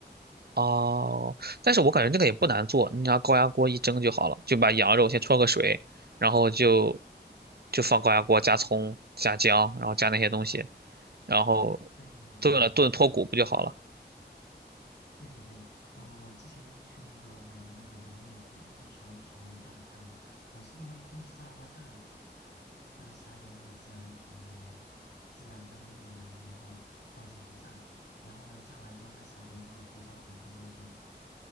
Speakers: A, on the right; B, on the left.
A: 哦，但是我感觉这个也不难做，你拿高压锅一蒸就好了，就把羊肉先焯个水，
B: 对
A: 然后就就放高压锅加葱加姜，然后加那些东西，然后
B: 对，
A: 炖了炖脱骨不就好了？
B: 嗯对对对，我我之前就是去那个买的那个羊肋骨，一条一条一大块的，我是用那个空气炸锅炸的，就是撒点那个孜然粉呐、孜然那个粒呀、然后放进去炸，然后呢炸完之后再撒点那个胡椒粉、黑椒粉。